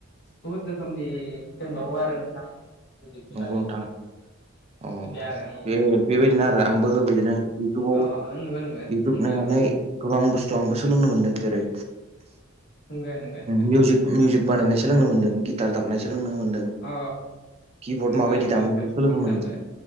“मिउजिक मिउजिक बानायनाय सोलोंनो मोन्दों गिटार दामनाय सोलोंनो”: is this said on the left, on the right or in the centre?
Right